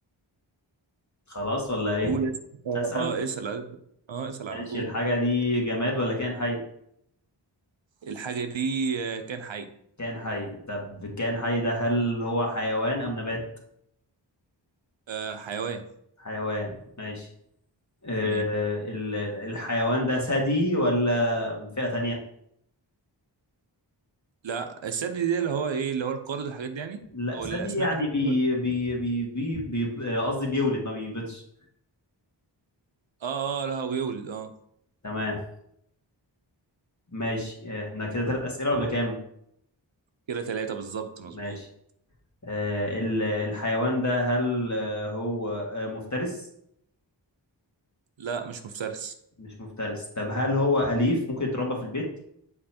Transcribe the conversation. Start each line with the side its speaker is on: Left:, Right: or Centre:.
Left: خلاص ولا ايه
Right: قول اسال اه
Left: اسال
Right: آه، اسال على- اه اسال على
Left: ماشي
Right: طول
Left: الحاجه دي جماد ولا كائن حي
Right: الحاجه دي آه، كان حي
Left: كائن حي طب الكائن حي ده هل هو حيوان ام نبات
Right: آه حيوان
Left: حيوان ماشي أه
Right: ايوه
Left: ال- ال- الحيوان ده ثدي ولا فئه تانية
Right: لا الثدي دي اللي هو ايه اللي هو القارد والحاجات دي يعني
Left: لا
Right: او
Left: ثدي
Right: الاسماك
Left: يعني
Right: والحاجات
Left: بي
Right: دي ولا
Left: بي بي بي بي- آه، قصدي بيولد ما بيبيضش
Right: اه اه لا هو بيولد اه
Left: تمام ماشي احنا كده ثلاث اسئله ولا كام
Right: كده ثلاثه بالظبط مظبوط
Left: ماشي آه، ال- الحيوان ده هل آه، هو آه، مفترس؟
Right: لا مش مفترس
Left: مش مفترس طب هل هو أليف ممكن يتربى في البيت؟